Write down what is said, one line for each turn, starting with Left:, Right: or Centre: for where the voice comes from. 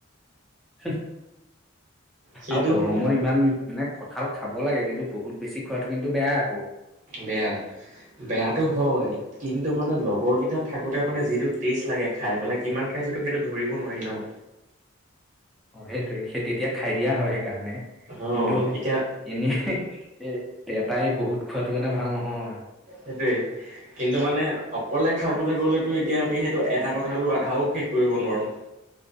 Centre: <unintelligible>
Right: সেইটো
Centre: আৰু গৰমত
Right: মানে
Centre: ইমান মানে কঠাল খাব লাগে কিন্তু বহুত বেছি খোৱাটো কিন্তু বেয়া আকৌ।
Right: বেয়া, বেয়াটো হয় কিন্তু মানে লগ বৰকেইটাত থাকোঁতে মানে যিটো টেষ্ট লাগে খাই পেলাই, কিমান খাইছোঁতো সেইটো ধৰিব নোৱাৰি ন?
Centre: অ সেইটোয়ে খে তেতিয়া খাই দিয়া হয় সেইকাৰণে,
Right: অ
Centre: কিন্তু
Right: এতিয়া
Centre: এনে এটাই বহুত খোৱাটো মানে ভাল নহয়।
Right: সেইটোৱে কিন্তু মানে অকলে খাবলৈ গ'লেতো এতিয়া আমি সেইটো এটা কথাালৈ আধাও শেষ কৰিব নোৱাৰোঁ।